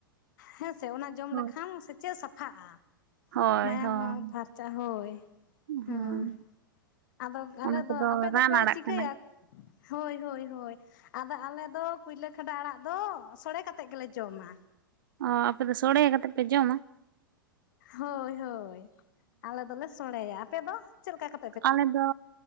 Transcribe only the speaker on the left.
ᱦᱮᱸ ᱥᱮ ᱚᱱᱟ ᱡᱚᱢ
ᱞᱮᱠᱷᱟᱱ ᱥᱮ ᱪᱮᱫ ᱥᱟᱯᱷᱟᱜᱼᱟ᱾
ᱢᱟᱭᱟᱝ
ᱦᱚᱸ ᱯᱷᱟᱨᱪᱟ ᱦᱳᱭ, ᱦᱩᱸᱜ-ᱩᱸ᱾
ᱟᱫᱚ ᱟᱞᱮ
ᱫᱚ ᱟᱯᱮ
ᱫᱚᱯᱮ
ᱪᱤᱠᱟᱹᱭᱟ?
ᱦᱳᱭ ᱦᱳᱭ ᱦᱳᱭ᱾ ᱟᱫᱚ ᱟᱞᱮ ᱫᱚ ᱠᱩᱭᱞᱟᱹ ᱠᱷᱟᱰᱟ ᱟᱲᱟᱜ ᱫᱚ ᱥᱚᱲᱮ ᱠᱟᱛᱮᱫ ᱜᱮᱞᱮ ᱡᱚᱢᱟ᱾
ᱦᱳᱭ ᱦᱳᱭ, ᱟᱞᱮ ᱫᱚᱞᱮ ᱥᱚᱲᱮᱭᱟ, ᱟᱯᱮ ᱫᱚ ᱪᱮᱫ ᱞᱮᱠᱟ ᱠᱟ